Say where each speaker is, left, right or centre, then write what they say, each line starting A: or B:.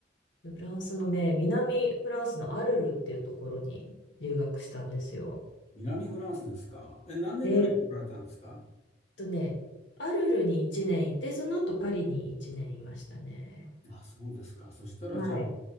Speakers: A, on the left; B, on the left.
A: フランスのね、南フランスのアルルっていうところに留学したんですよ。
B: 南フランスですか。え、何年ぐらい来られたんですか
A: ええ、っとね、アルルに1年いて、その後パリに1年いましたね。
B: あ、そうですか。そしたら、
A: はい。
B: じゃあ、